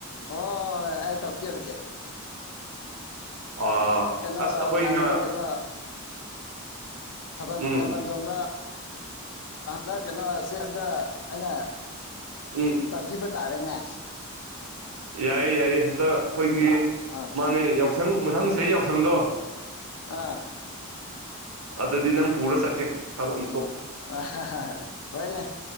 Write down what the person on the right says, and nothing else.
ꯑ
ꯑꯁ ꯑꯩꯈꯣꯏꯅ
ꯎꯝ
ꯎꯝ
ꯌꯥꯏꯌꯦ ꯌꯥꯏꯌꯦ ꯍꯨ ꯗ ꯑꯩꯈꯣꯏꯒꯤ
ꯃꯥꯅꯦ ꯌꯥꯎꯁꯪ ꯃꯊꯪ ꯆꯍꯤ ꯌꯥꯎꯁꯪꯗꯣ
ꯑꯗꯗꯤ ꯅꯪ ꯄꯨꯔ ꯆꯠꯀꯦ ꯊꯥꯕꯟ